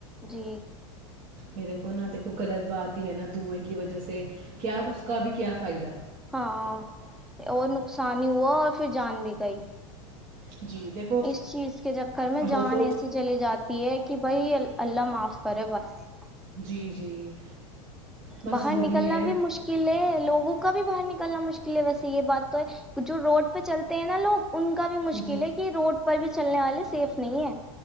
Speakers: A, in the centre; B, on the right.
A: جی
B: یہ دیکھو نا دیکھو غلط بات ہی ہے نا دئیں کی وجہ سے کیا اس کا بھی کیا فائدہ
A: ہاں اور نقصان ہی ہوا اور پھر جان بھی گئی
B: جی دیکھو
A: اس چیز کے چکر میں
B: وہ
A: جان
B: تو
A: ایسی چلی جاتی ہے کہ بھائی اللہ معاف کرے بس
B: جی جی بس
A: باہر
B: وہی
A: نکلنا
B: ہے
A: بھی مشکل ہے لوگوں کا بھی باہر نکلنا مشکل لیے ویسے یہ بات تو ہے جو روڈ پہ چلتے ہیں نا لوگ ان کا بھی مشکل
B: جی
A: ہے کہ روڈ پر بھی چلنے والے سیف نہیں ہے